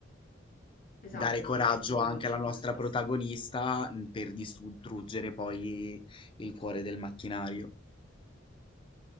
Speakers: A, on the left; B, on the left.
A: Esatto,
B: Dare coraggio
A: sì, ci può,
B: anche
A: ci
B: alla nostra
A: può stare.
B: protagonista, mhmm, per distruggere poi il cuore del macchinario.